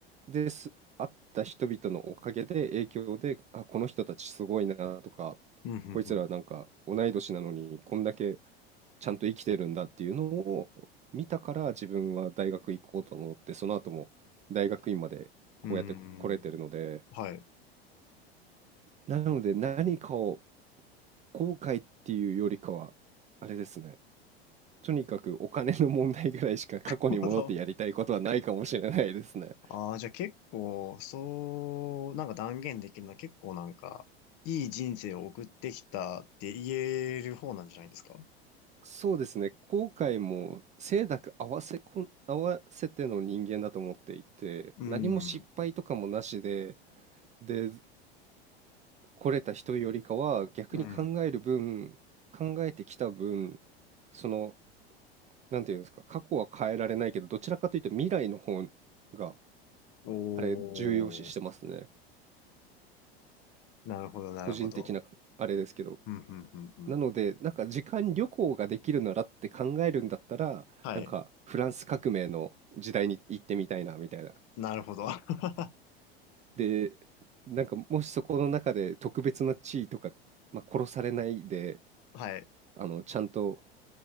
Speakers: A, on the right (about 25°); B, on the left (about 50°).
A: です、会った人々のおかげで影響で、あ、この人たちすごいなとか、
B: うん、うん、
A: こいつらなんか同い年なのにこんだけちゃんと生きてるんだっていうのを見たから自分は大学行こうと思って、その後も大学院までこうやって来れてるので、
B: うん。うーん、はい。<laughs> なる
A: なので何かを後悔っていうよりかは、あれですね。とにかくお金の問題ぐらいしか過去に戻ってやりたいことはないかもしれないですね。
B: ほど。ああ、じゃあ結構、そう、なんか断言できるのは結構なんか、いい人生を送ってきたって言える方なんじゃないですか
A: そうですね。後悔も清濁合わせこ、合わせての人間だと思っていて、
B: う
A: 何も失敗とかもなしで、
B: ん。
A: で、来れた人よりかは逆に考える分、
B: うん。
A: 考えてきた分、その、なんていうんですか、過去は変えられないけど、どちらかというと未来の方が、
B: おー。
A: あれ、重要視してますね。
B: なるほど、なるほど。
A: 個人的なあれですけど。
B: うん、うん、うん、うん。
A: なので、なんか時間旅行ができるならって考えるんだったら、
B: はい。
A: なんかフランス革命の時代に行ってみたいなみたいな。
B: なるほど。<laughs> は
A: で、なんかもしそこの中で特別な地位とか、まあ、殺されないで、
B: い。
A: あの、ちゃんと